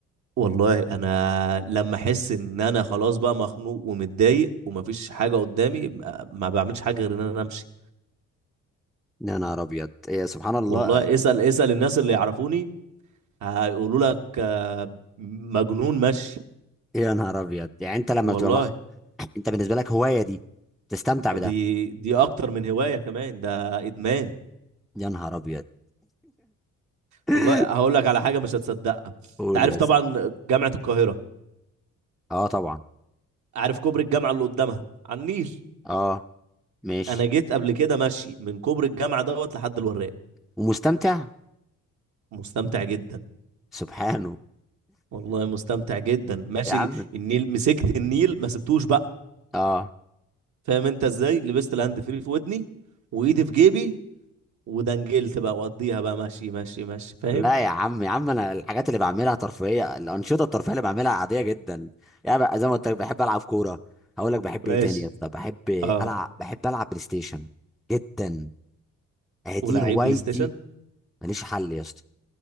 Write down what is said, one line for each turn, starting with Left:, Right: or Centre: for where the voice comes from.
Right: والله انا لما احس ان انا خلاص بقى مخنوق ومتضايق ومفيش حاجة قدامي ما ما بعملش حاجة غير ان انا امشي
Centre: يا نهار ابيض إيه سبحان الله
Right: والله اسأل اسأل الناس اللي يعرفوني هيقولوا لك آه، مجنون مشي
Centre: يا نهار ابيض يعني انت لما
Right: والله
Centre: بتبقى مخ... انت بالنسبه لك هوايه دي تستمتع بده
Right: دي دي اكتر من هواية كمان ده ادمان
Centre: يا نهار ابيض <laughs>
Right: والله هقول لك على حاجة مش هتصدقها
Centre: قول
Right: انت عارف
Centre: يا
Right: طبعا
Centre: اسطى
Right: جامعة القاهرة
Centre: اه طبعا
Right: اعرف كوبري الجامعه اللي قدامها على النيل
Centre: اه ماشي
Right: انا جيت قبل كده ماشي من كوبري الجامعه دوت لحد الوراق
Centre: ومستمتع
Right: مستمتع جدا
Centre: سبحانه
Right: والله مستمتع جدا ماشي
Centre: يا عم
Right: النيل مسكت النيل ما سبتوش بقى
Centre: اه
Right: فاهم انت ازاي لبست الهاند فري في ودني وايدي في جيبي ودنجلت بقى وقضيها بقى ماشي ماشي ماشي فاهم
Centre: لا يا عم يا عم انا الحاجات اللي بعملها ترفيهيه الانشطه الترفيهيه اللي بعملها عاديه جدا يعني بقى زي ما قلت لك بحب العب كوره هقول لك بحب
Right: ماشي
Centre: ايه تاني يا اسطى بحب
Right: اه
Centre: العب بحب العب بلاي ستيشن جدا آه، دي
Right: ولعيب
Centre: هوايتي
Right: بلاي ستيشن
Centre: ماليش حل يا اسطى